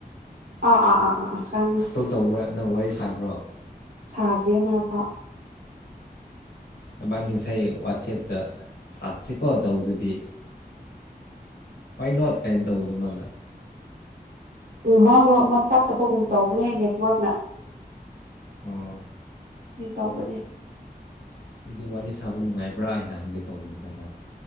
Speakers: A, on the right; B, on the left.
A: ꯑ ꯑꯥ ꯑ ꯑ ꯑ ꯈꯪꯏ
B: ꯀꯣꯜ ꯇꯧꯕ꯭ꯔꯥ ꯅꯪ ꯋꯥꯔꯤ ꯁꯥꯕ꯭ꯔꯣ
A: ꯁꯥꯗ꯭ꯔꯤꯌꯦ ꯑꯃꯔꯛ ꯐꯥꯎ
B: ꯅꯕꯥꯅꯤ ꯉꯥꯁꯥꯏ ꯋꯥꯆꯦꯞꯇ ꯁꯥꯁꯤꯀꯣ ꯇꯧꯕꯗꯨꯗꯤ ꯍꯋꯥꯏ ꯅꯣꯠ ꯀꯥꯏꯅ ꯇꯧꯕꯗꯨ ꯃꯥꯅ
A: ꯑꯣ ꯃꯥꯗꯣ ꯑꯃ ꯆꯠꯇꯕꯒꯨꯝ ꯇꯧꯕꯅꯦ ꯅꯦꯠꯋꯔꯛꯅ
B: ꯑꯣ
A: ꯑꯩ ꯇꯧꯕꯅꯦ
B: ꯑꯩꯗꯤ ꯋꯥꯔꯤ ꯁꯥꯕ ꯅꯨꯡꯉꯥꯏꯕ꯭ꯔꯥ ꯍꯥꯏꯅ ꯍꯪꯒꯦ ꯇꯧꯕꯅꯤꯅ ꯃꯥꯗꯣ